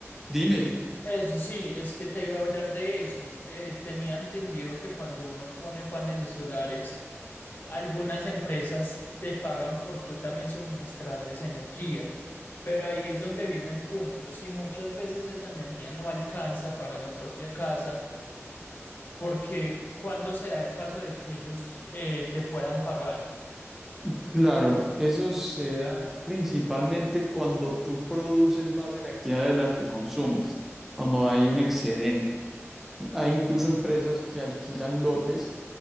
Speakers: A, in the centre; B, on the left.
A: Dime,
B: eso sí, es que te iba a hablar de eso. Eh, tenía entendido que cuando uno pone paneles solares, Algunas empresas te pagan por tú también suministrarles energía, pero ahí es donde viene el punto. Si muchas veces esa energía no alcanza para la propia casa, porque cuando se da el caso de que ellos eh, te puedan pagar?
A: Claro, eso se da principalmente cuando tú produces más energía de la que consumes, cuando hay un excedente. Hay incluso empresas que alquilan lotes